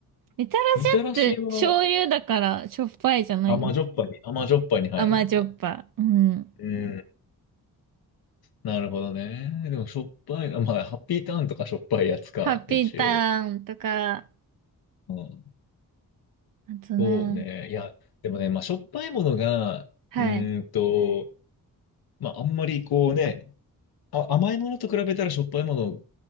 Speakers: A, on the right; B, on the left.
A: みたらしって醤油だからしょっぱいじゃないの
B: みたらしは甘じょっぱいに、甘じょっぱいに入るのか。
A: 甘じょっぱ。うん。
B: うん。なるほどね。でもしょっぱいな、まあ、ハッピーターンとかしょっぱいやつか、
A: ハッピーターンとか、
B: 一応。うん。
A: あとな、
B: そうね。いや、でもね、まあ、しょっぱいものが、うーんと、
A: はい。
B: まあ、あんまりこうね、あ、甘いものと比べたらしょっぱいもの